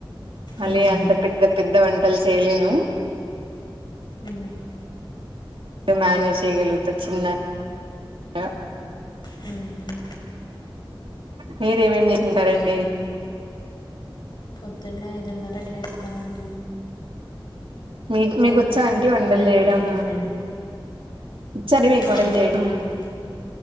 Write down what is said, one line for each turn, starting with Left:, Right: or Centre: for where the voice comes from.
Right: మళ్ళీ
Left: హ్మ్.
Right: అంత పెద్ద పెద్ద వంటలు చేయలేను మ్మ్
Left: మ్మ్
Right: మ్యానేజ్ చేయగలుగుత చిన్న అ
Left: హ్మ్మ్
Right: మీరు ఏమేమి చేసుంటారండి
Left: పొద్దున్నే ఐదున్నరకి లేస్తానండి.
Right: మీకు
Left: మార్నింగ్
Right: మీకు వచ్చా అంటే వంటలు
Left: ఉదయంకి
Right: చేయడం
Left: టిఫిన్
Right: వచ్చా మీకు
Left: ఆ,
Right: వంటలు
Left: వస్తదండి
Right: చేయడం